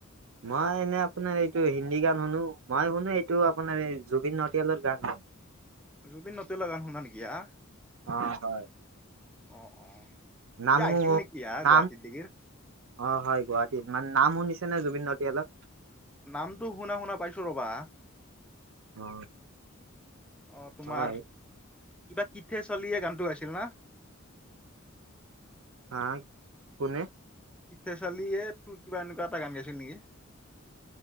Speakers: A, on the right; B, in the centre.
A: মই এনে আপোনাৰ এইটো হিন্দী গান শুনো মই শুনো এইটো আপোনাৰ এই জুবিন নটিয়ালৰ গান।
B: জুবিন নটিয়ালৰ গান শুনা নেকি হাঁ,
A: অ হয়
B: অ', অ',
A: নাম
B: ই আহিছিল
A: শু
B: নেকি আহ
A: নাম
B: গুৱাহাটী দিগিৰ?
A: অ', হয় গুৱাহাটীত মানে নাম শুনিছে নে জুবিন নটিয়ালৰ?
B: নামটো শুনা শুনা পাইছো ৰবা।
A: অ
B: অ', তোমাৰ?
A: হয়
B: কিবা কিঠে চলি হে গানটো গাইছিল না?
A: হা কোনে?
B: কিঠে চালিহে টু কিবা এনেকুৱা এটা গান গাইছিল নেকি?